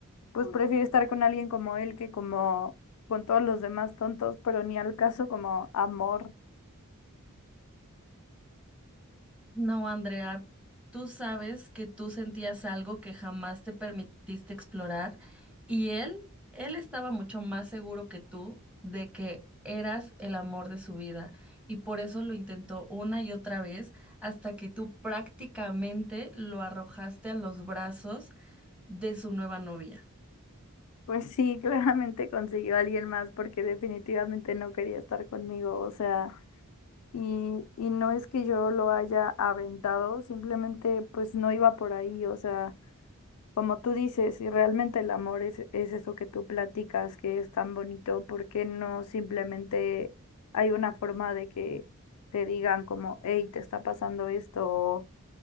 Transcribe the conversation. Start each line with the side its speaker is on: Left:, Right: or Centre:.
Left: pues prefiero estar con alguien como él que como con todos los demás tontos, pero ni al caso como amor.
Centre: No, Andrea, tú sabes que tú sentías algo que jamás te permitiste explorar y él, él estaba mucho más seguro que tú de que eras el amor de su vida y por eso lo intentó una y otra vez hasta que tú prácticamente lo arrojaste a los brazos de su nueva novia.
Left: Pues sí, <laughs> claramente consiguió a alguien más porque definitivamente no quería estar conmigo, o sea, y, y no es que yo lo haya aventado, simplemente pues no iba por ahí, o sea. Como tú dices, si realmente el amor es, es eso que tú platicas, que es tan bonito, ¿por qué no simplemente hay una forma de que te digan como, hey, te está pasando esto, o